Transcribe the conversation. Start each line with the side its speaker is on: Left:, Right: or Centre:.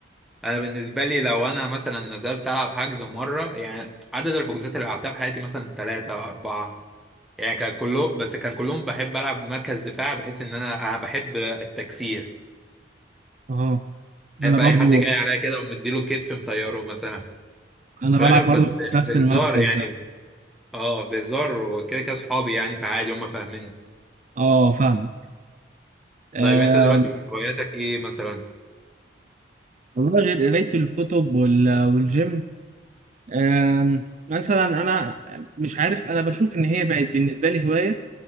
Centre: انا بالنسبه لي لو انا مثلا نزلت العب حجز مره يعني عدد الحجوزات اللي لعبتها في حياتي مثلا ثلاثه اربعه يعني كان كله بس كان كلهم بحب العب مركز دفاع بحيث ان انا انا بحب التكسير
Right: اه
Centre: بحب
Right: انا برضو
Centre: اي حد جاي عليا كده ومديله كتف مطيره مثلا
Right: انا
Centre: في
Right: بلعب
Centre: الاخر بس
Right: برضو في نفس
Centre: بهزار
Right: المركز
Centre: يعني
Right: ده
Centre: اه بهزار وكده كده اصحابي يعني فعادي هم فاهمين
Right: اه فاهم آه
Centre: طيب انت دلوقتي من هواياتك ايه مثلا
Right: والله غير قراية الكتب وال- والجيم آم، مثلا انا مش عارف انا بشوف ان هي بقت بالنسبه لي هوايه